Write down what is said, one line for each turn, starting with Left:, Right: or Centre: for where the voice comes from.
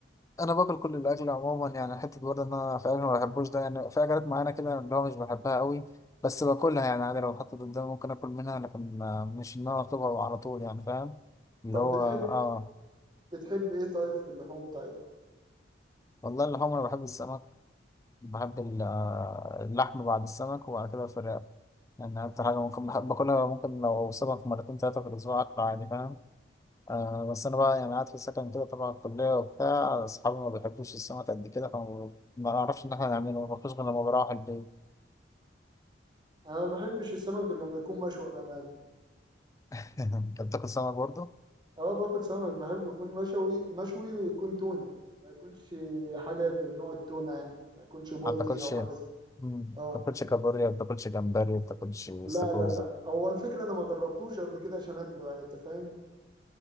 Left: انا باكل كل الاكل عموما يعني حته برضه ان انا في اكل ما بحبوش ده يعني في اكلات معينه كده اللي هو مش بحبها قوي بس باكلها يعني عادي لو اتحطت قدامي ممكن اكل منها لكن آه، مش ان انا اطلبها على طول يعني فاهم اللي
Right: طب
Left: هو
Right: بتحب
Left: اه
Right: بتحب إيه طيب في اللحوم طيب؟
Left: والله اللحوم انا بحب السمك بحب ال- آه، اللحم بعد السمك وبعد كده الفراخ يعني اكتر حاجه ممكن بحب باكلها ممكن لو سمك مرتين ثلاثه في الاسبوع اكله عادي فاهم آه بس انا بقى يعني قاعد في السكن كده طبعا الكليه وبتاع اصحابي ما بيحبوش السمك قد كده فما ما اعرفش ان احنا نعمله ما باكلوش غير لما بروح البيت
Right: انا ما بحبش السمك غير لما يكون مشوي بامانه
Left: <laughs> انت بتاكل سمك برضه؟
Right: اه باكل سمك بحب يكون مشوي مشوي ويكون تونه ما يكونش حاجه غير نوع التونه يعني ما يكونش بولتي
Left: ما بتاكلش
Right: او حاجه
Left: ما
Right: زي اه
Left: بتاكلش كابوريا ما بتاكلش جمبري ما بتاكلش استاكوزا
Right: لا لا لا هو الفكره انا ما جربتوش قبل كده عشان اكله يعني انت فاهم